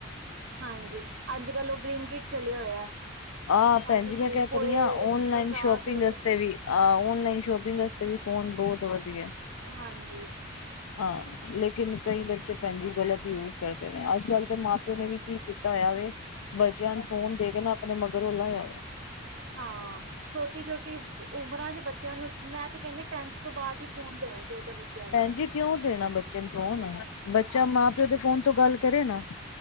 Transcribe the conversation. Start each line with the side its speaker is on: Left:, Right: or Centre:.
Right: ਹਾਂਜੀ, ਅੱਜ-ਕੱਲ ਉਹ ਬਲਿੰਕੀਟ ਚਲਿਆ ਹੋਇਆ।
Left: ਆਹ
Right: ਸਾਨੂੰ
Left: ਭੈਣ ਜੀ ਮੈਂ
Right: ਧੂਪ
Left: ਕਹਿ ਤਾ
Right: ਹੋਏ
Left: ਰਹੀ ਹਾਂ, ਔਨਲਾਈਨ
Right: ਬਰਸਾਤ
Left: ਸ਼ੋਪਿੰਗ
Right: ਹੋਏ
Left: ਅਸਤੇ ਵੀ ਆ ਔਨਲਾਈਨ ਸ਼ੋਪਿੰਗ ਵਾਸਤੇ ਵੀ, ਫੋਨ ਬਹੁਤ ਵਧੀਆ।
Right: ਹਾਂਜੀ।
Left: ਹਾਂ ਲੇਕਿਨ ਕਈ ਬੱਚੇ ਭੈਣਜੀ ਗ਼ਲਤ ਯੂਜ ਕਰਦੇ ਨੇ, ਅੱਜ-ਕੱਲ ਤੇ ਮਾਂ-ਪਿਓ ਨੇ ਵੀ ਕੀ ਕੀਤਾ ਹੋਇਆ ਵੇ ਬੱਚਿਆਂ ਨੂੰ ਫੋਨ ਦੇਕੇ ਨਾ ਆਪਣੇ ਮਗਰੋਂ ਲਾਇਆ ਵੇ।
Right: ਹਾਂ ਛੋਟੀ-ਛੋਟੀ ਉਮਰਾਂ'ਚ ਬੱਚਿਆਂ ਨੂੰ, ਮੈਂ ਤੇ ਕਹਿੰਨੀ ਆ ਟੈਂਨਥ ਤੋਂ ਬਾਅਦ ਈ ਫੋਨ ਦੇਣਾ ਚਾਹੀਦਾ ਬੱਚਿਆਂ
Left: ਭੈਣ
Right: ਨੂੰ।
Left: ਜੀ ਕਿਉਂ ਦੇਣਾ ਬੱਚੇ ਨੂੰ ਫੋਨ? ਬੱਚਾ ਮਾਂ-ਪਿਓ ਦੇ ਫੋਨ ਤੋਂ ਗੱਲ ਕਰੇ ਨਾ।